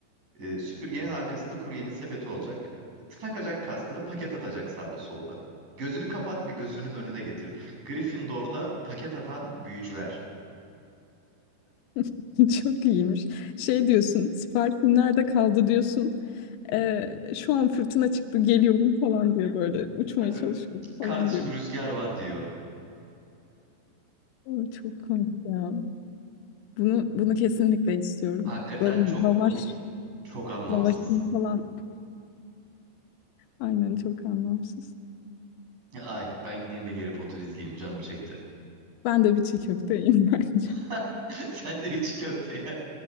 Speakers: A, on the right (about 45°); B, on the left (about 80°).
A: E, süpürgenin arkasında kuryenin sepeti olacak. Takacak kaskını paket atacak sağda solda. Gözünü kapat ve gözünün önüne getir. Gryffindor'da paket atan büyücüler.
B: <laughs> Çok iyiymiş. Şey diyorsun, siparişin nerede kaldı diyorsun. Ee, şu an fırtına çıktı geliyorum falan diyor böyle. Uçmaya
A: E,
B: çalışıyor
A: Kardeşim
B: falan diyor.
A: rüzgar var diyor.
B: Ay, çok komik ya. Bunu bunu kesinlikle istiyorum.
A: Hakikaten
B: Böyle
A: çok
B: lavaş,
A: komik, çok anlamsız.
B: lavaşın falan. Aynen çok anlamsız.
A: Ay ben gideyim bir Harry Potter izleyeyim canım çekti.
B: Ben de bir çiğ köfteyim <laughs> bence.
A: <laughs> Sen de üç köfte ye.